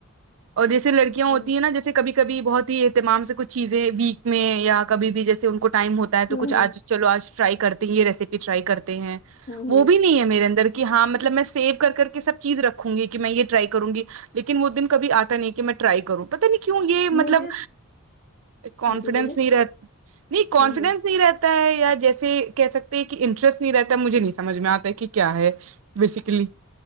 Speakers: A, on the right (about 65°); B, on the left (about 40°).
A: اور جیسے لڑکیاں ہوتی
B: وہی
A: ہیں نا جیسے کبھی کبھی بہت ہی اتیمام سے کچھ چیزیں ویک میں یا کبھی بھی جیسے ان کو ٹائم ہوتا ہے تو
B: ہوں
A: کچھ
B: ہوں
A: آج چلو آج ٹرائی کرتے ہیں یہ ریسیپی ٹرائی کرتے ہیں
B: ہوں
A: وہ
B: ہوں
A: بھی نہیں ہے میرے اندر کے ہاں مطلب میں سیو کر کے سب چیز رکھوں گی کہ میں یہ ٹرائی کروں گی لیکن وہ دن کبھی آ تا نہیں کہ میں ٹرائی کروں پتا نہیں کیوں یہ مطلب
B: مجھے
A: کانفیڈینس
B: جی بولیے
A: نہیں رہ نہیں کانفیڈینس
B: ہوں ہوں
A: نہیں رہ تا ہے یہ جیسے کہہ سکتے ہیں کہ انٹرسٹ نہیں رہتا مجھے نہیں سمجھ میں آتا کہ کیا ہے بیسکلی